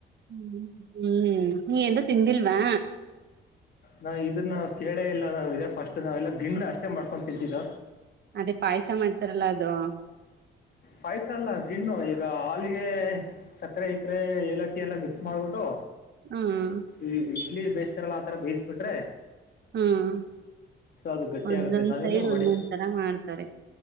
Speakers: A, on the right (about 60°); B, on the left (about 55°).
A: ಹ್ಮ್ ಹ್ಮ್ ನೀ ಎಂದು ತಿಂದಿಲ್ವಾ
B: ನಾ ಇದನ್ನ ನ ಕೇಳೇ ಇಲ್ಲ ನಾವ ಇದೆ ಫಸ್ಟ್ ನಾವೆಲ್ಲ ಗಿಂನ ಅಷ್ಟೇ ಮಾಡ್ಕೊಂಡು ತಿಂತಿದ್ದ
A: ಅದೇ ಪಾಯಸ ಮಾಡ್ತಾರಲ್ಲ ಅದು
B: ಪಾಯಸ ಅಲ್ಲ ದಿನ್ನು ಈಗ ಹಾಲಿಗೆ ಸಕ್ಕರೆ ಇಕರೆ ಏಲಕ್ಕಿ ಎಲ್ಲ ಮಿಕ್ಸ್ ಮಾಡ್ಬಿಟ್ಟು
A: ಹ್ಮ್
B: ಈ ಇಡ್ಲಿ ಬೇತರಲ್ಲ ಆತರ ಬೇಸ್ ಬಿಟ್ರೆ
A: ಹ್ಮ
B: ಅದು ಗಟ್ಟಿ
A: ಒಂದೊಂದ್
B: ಆಗುತ್ತೆ ನಾವೇನು
A: ಸೈಡ್
B: ನೋಡಿ
A: ಒಂದೊಂದ್ ತರ ಮಾಡ್ತಾರೆ